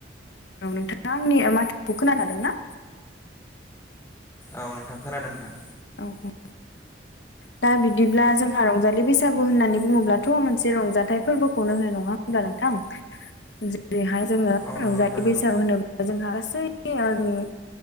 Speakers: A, on the left; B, on the left.
A: औ नोंथाङा आंनि माथोखौ खोनाखादों ना?
B: औ नोंथां खोनादों नोंथां।
A: औ औ। दा बिब्दिब्ला जोंहा रंजालि बैसागु होननानै बुङोब्लाथ' मोनसे रंजाथाइ फोरबोखौनो होनो नङा होनब्ला नोंथां जेरैहाय जोङो
B: औ नंगौ
A: रंजालि
B: नोंथां नंगौ
A: बैसाग होनो जोंहा गासै <unintelligible>